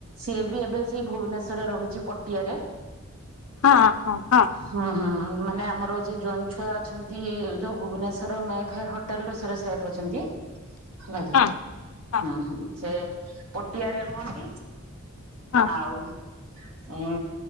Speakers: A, on the right; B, on the left.
A: ସିଏ ବି ଏବେ ସେଇ ଭୁବନେଶ୍ୱରରେ ରହୁଛି। ପଟିଆରେ।
B: ହଁ ହଁ ହଁ।
A: ହୁଁ ହୁଁ ମାନେ ଆମର ଯେ ଜଇଁ ଛୁଆ ଅଛନ୍ତି ଯୋଉ ଭୁବନେଶ୍ଵର ମେ ଫେୟାର ହୋଟେଲ ସେର ସାହେବ ଅଛନ୍ତି। <inaudible> ହୁଁ
B: ହଁ ହଁ
A: ହୁଁ। ସେ ପଟିଆରେ ରୁହନ୍ତି।
B: ହଁ
A: ଆଉ। ହୁଁ